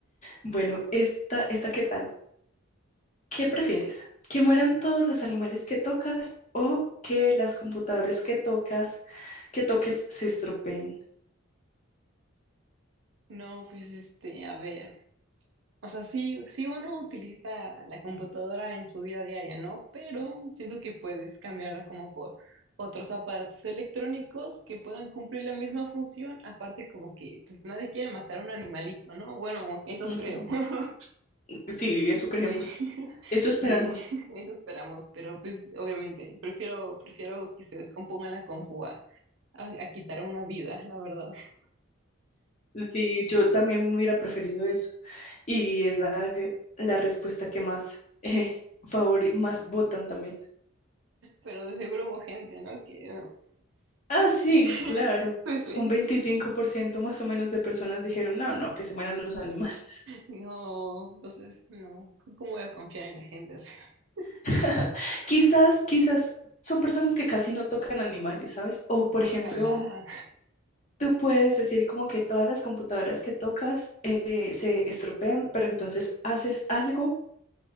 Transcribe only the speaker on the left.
Bueno, esta, esta ¿qué tal? ¿Qué prefieres? ¿Que mueran todos los animales que tocas o que las computadoras que tocas, que toques se estropeen?
Ujú.
Sí, eso creemos.
Eso esperamos.
Sí, yo también hubiera preferido eso. Y es la, la respuesta que más, eh, favori- más votan también.
Ah, sí,
claro.
Un 25% más o menos de personas dijeron, no, no, que se mueran los animales.
<laughs> Quizás, quizás son personas que casi no tocan animales, ¿sabes? O, por
ejemplo, tú puedes decir como que todas las computadoras que tocas eh, se estropean, pero entonces haces algo